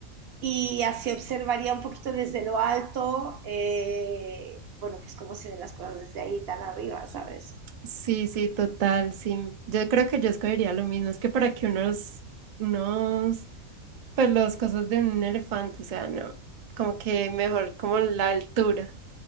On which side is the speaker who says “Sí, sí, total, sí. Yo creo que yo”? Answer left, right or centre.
Right